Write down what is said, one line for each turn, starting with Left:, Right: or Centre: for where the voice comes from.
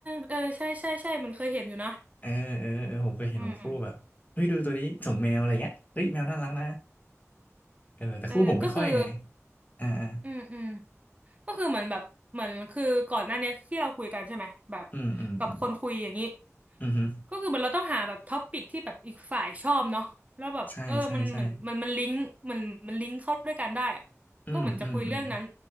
Right: เออใช่ใช่ใช่มันเคยเห็นอยู่นะ
Left: เออเออเออผมเคยเห็นบางคู่แบบเฮ้ยดูตัวนี้ส่งแมวอะไรเงี้ยเฮ้ยแมวน่ารักนะ
Right: อืม
Left: เออแต่คู่ผมไม่ค่อยไง
Right: เออก็คือ
Left: อ่าอ่า
Right: อืมอืมก็คือเหมือนแบบ เหมือนคือก่อนหน้านี้ที่เราคุยกันใช่ไหมแบบ
Left: อืมอืมอืม
Right: กับคนคุยอย่างนี้
Left: อืมฮึ
Right: ก็คือเหมือนเราต้องหาแบบท็อปิกที่แบบอีกฝ่ายชอบเนาะแล้วแบบเออมันมันมันมันลิงก์มันมันลิงก์เข้าด้วยกันได้อะก็เหมือนจะคุยเรื่องนั้น
Left: ใช่ใช่ใช่ อืมอืมอืม